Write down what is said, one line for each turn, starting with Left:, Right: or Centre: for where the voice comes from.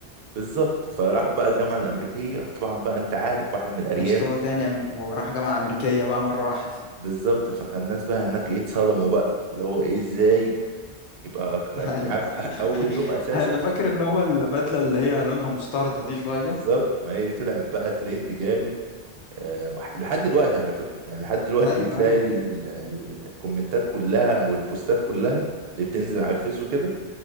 Right: بالظبط فراح بقى الجامعة الأمريكية فطبعا بقى أنت عارف واحد من الأرياف
Left: مستوى تاني أم- وراح جامعة أمريكية بقى مرة واحدة
Right: بالظبط فكان الناس بقى هناك إيه اتصدموا بقى اللي هو إيه إزاي يبقى
Left: <laughs>
Right: أنت
Left: ايوه
Right: عارف
Left: <laughs>
Right: أول يوم أساسا
Left: انا فاكر اللي هو البدلة اللي هي لونها مستردة دي شوية
Right: بالظبط ما هي دي طلعت بقى ترند جامد آه، وح- لحد دلوقتي على فكرة يعني لحد دلوقتي
Left: ايوه
Right: بتلاقي
Left: ايوه
Right: ال- ال- الكومنتات كلها او البوستات كلها اللي بتنزل على الفيس وكده